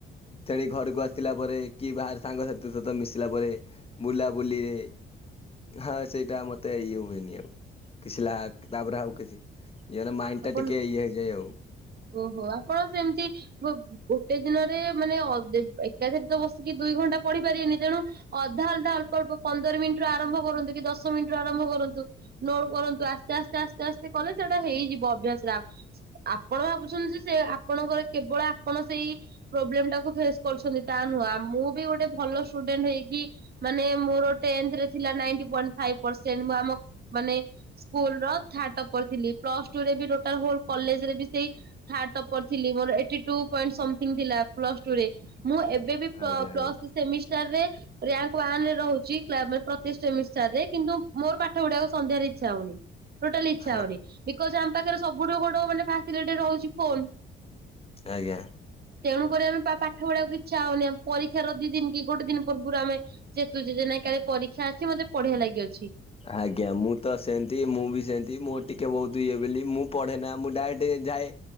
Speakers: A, on the left (about 30°); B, on the right (about 50°).
A: ଖେଳିକି ଘରକୁ ଆସିଲା ପରେ କି ବାହାର ସାଙ୍ଗସାଥି ସହିତ ମିଶିଲା ପରେ ମୁଁ ବୁଲାବୁଲିରେ ହଁ ସେଇଟା ମତେ ଇଏ ହୁଏନି ଆଉ କିଛି ଲା କିତାବ ରେ ଆଉ କିଛି ଇଆଡେ ମାଇଣ୍ଡ ଟା
B: ଆପଣ
A: ଟିକେ ଇଏ ହେଇଯାଏ ଆଉ।
B: ଓହୋ ଆପଣ ସେମିତି ଗୋଟେ ଦିନରେ ମାନେ ଏକାଥରେ ତ ବସିକି ଦୁଇ ଘଣ୍ଟା ପଢି ପାରିବେନି ତେଣୁ ଅ ଅଧା ଅଧା ଅଳ୍ପ ଅଳ୍ପ ପନ୍ଦର ମିନିଟରୁ ଆରମ୍ଭ କରନ୍ତୁ କି ଦଶ ମିନିଟରୁ ଆରମ୍ଭ କରନ୍ତୁ ନ କରନ୍ତୁ ଆସ୍ତେ ଆସ୍ତେ ଆସ୍ତେ ଆସ୍ତେ କଲେ ସେଟା ହେଇଯିବ। ଅଭ୍ୟାସ ଆପଣ ଭାବୁଛନ୍ତି ଯେ ସେ ଆପଣଙ୍କର କେବଳ ଆପଣ ସେଇ ପ୍ରୋବ୍ଲେମ ଟା ଫେସ କରୁଚନ୍ତିତା ନୁହଁ। ମୁଁ ବି ଗୋଟେ ଭଲ ସ୍ଟୁଡେଣ୍ଟ ହେଇକି ମାନେ ମୋର ଟେନ୍ଥ ରେ ନାଇଣ୍ଟି ପଏଣ୍ଟ ଫାଇଭ ପରସେଣ୍ଟ ମୁଁ ଆମ ମାନେ ସ୍କୁଲ ର ଥାର୍ଡ଼ ଟପର ଥିଲି ପ୍ଲସ <unintelligible> କଲେଜ ରେ ବି ସେଇ ଥାର୍ଡ଼ ଟପର ଥିଲି। ମୋର ଏଠି ଟୁ ପଏଣ୍ଟ ସମଥିଙ୍ଗ ଥିଲା ପ୍ଲ ପ୍ଲସ ଟୁ ରେ ମୁଁ ଏବେ
A: ଆଜ୍ଞା
B: ପ୍ଲସ
A: ଆଜ୍ଞା।
B: ଥ୍ରୀ ସେମିଷ୍ଟର ରେ <unintelligible> ରହୁଚି ପ୍ରତି ସେମିଷ୍ଟର ରେ କିନ୍ତୁ ମୋର ପାଠ ପଢ଼ିବାକୁ ସନ୍ଧ୍ୟାରେ ଇଚ୍ଛା ହଉନି। ଟୋଟାଲୀ ଇଛା
A: ହଁ
B: ହଉନି ବିକଜ ଆମ ପାଖରେ ସବୁଠୁ ବଡ଼ ଫାସିଲିଟି ରହୁଚି ଫୋନ୍।
A: ଆଜ୍ଞା?
B: ତେଣୁକରି ଆମେ ପାଠ ପଢିବାକୁ ଇଚ୍ଛା ହଉନି ପରୀକ୍ଷାର ଦି ଦିନ କି ଗୋଟେ ଦିନ ପୂର୍ବରୁ ଆମେ <unintelligible> ପରୀକ୍ଷା ଅଛି ମତେ ପଢ଼ିଆ ଲାଗେ।
A: ଆଜ୍ଞା ମୁଁ ତ ସେମତି ମୁଁ ବି ସେମତି ମୋ ଟିକେ ଟିକେ ବହୁତ ଇଏ ବୋଲି ମୁଁ ପଢ଼େ ନା ମୁଁ ଡାଇରେକ୍ଟ ଯାଏ